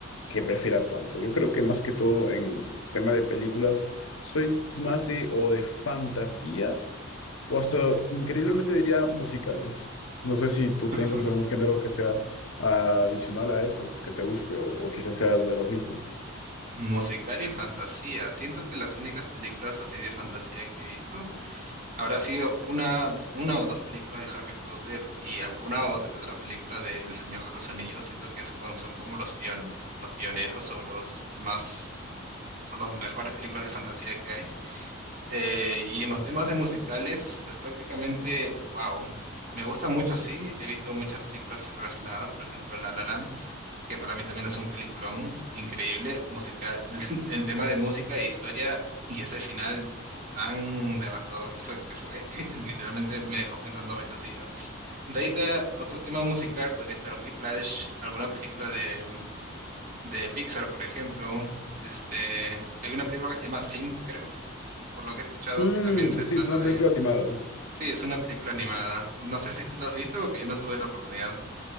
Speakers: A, on the left (about 75°); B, on the right (about 40°).
A: que prefiera tanto. Yo creo que más que todo en tema de películas, soy más de o de fantasía o hasta increíblemente diría musicales. No sé si tú
B: <laughs>
A: tengas algún género que sea adicional a esos que te guste o, o quizás sea de los mismos.
B: Musical y fantasía. Siento que las únicas películas así de fantasía que he visto habrá sido una, una o dos películas de Harry Potter y alguna otra que otra película de El Señor de los Anillos. Siento que es co- son como los pion, los pioneros o los más, o las mejores películas de fantasía que hay. Eh, y en los temas de musicales, pues prácticamente, wow. Me gusta mucho, sí. He visto muchas películas relacionadas, por ejemplo, La La Land que para mí también es un peliculón increíble, música, <laughs> en tema de música e historia, y ese final tan devastador fue que fue, <laughs> literalmente me dejó pensando varios días. De ahí ta- otro tema musical podría estar Whiplash, alguna película de, de Pixar, por ejemplo. Este, hay una película que se llama Sync, creo, por, por lo que he escuchado,
A: Mm,
B: que también se
A: sí,
B: trata
A: es una
B: de...
A: película animada.
B: Sí, es una película animada. No sé si tú la has visto porque yo no tuve la oportunidad.